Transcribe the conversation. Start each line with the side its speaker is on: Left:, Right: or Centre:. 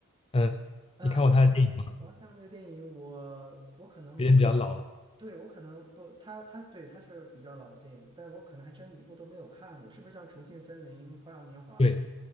Left: 嗯，
Right: 呃，
Left: 你看过他的电影吗？
Right: 王王家卫的电影我我可能，
Left: 有点比较老了。
Right: 对，我可能不，他他对他是比较老的电影，但我可能还真一部都没有看过，是不是像《重庆森林》《花样年华》？
Left: 对